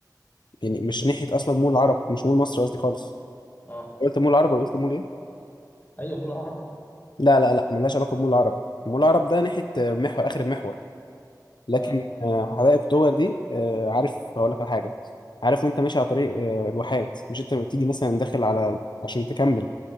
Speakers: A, on the left; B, on the left.
A: يعني مش ناحية أصلا مول العرب مش مول مصر قصدي خالص
B: اه
A: قلت مول العرب ولا قلت مول إيه؟
B: ايوه مول العرب
A: لا لا لا ملهاش علاقة بمول العرب مول العرب ده ناحية آه، محور آخر المحور لكن
B: اه
A: آه، حدائق أكتوبر دي آه، عارف هقول لك على حاجة عارف وأنت ماشي على طريق آه، الواحات مش أنت بتيجي مثلا داخل على عشان تكمل